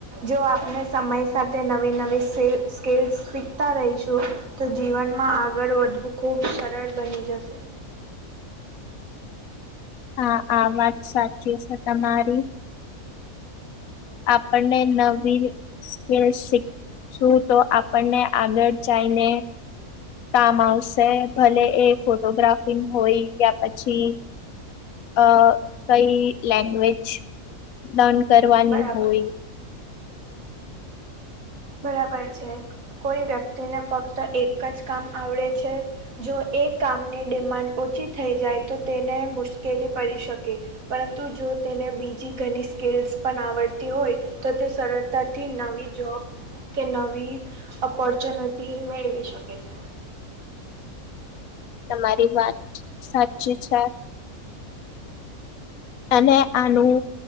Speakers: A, on the right; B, on the left.
A: જો આપણને સમય સાતે નવી નવી સેલ સ્કેલ્સ શીખતા રહીશું. તો જીવનમાં આગળ વધવું ખુબ સરળ બની જશે.
B: હા આ વાત સાચી છે તમારી આપણને નવી વી સ્કિલ્સ શીખ. શું તો આપણને આગળ જાઈને? કામ આવશે ભલે એ ફોટોગ્રાફીનું હોય કે આ પછી અ-અ-અ કયી લેંગ્વેજ લર્ન કરવાની
A: બરાબર
B: હોય.
A: બરાબર છે કોઈ વ્યક્તિને ફક્ત એક જ કામ આવળે છે. જો એ કામને ડિમાન્ડ ઓછી થઈ જાય તો તેને મુશ્કેલી પડી શકે. પરંતુ જો તેને બીજી ઘની સ્કિલ્સ પન આવડતી હોય તો તે સરળતાથી નવી જોબ કે નવી ઓપોર્ચ્યુનર્તીઓ મેળવી શકે છે.
B: તમારી વાત સાચીચ છે. આને આનું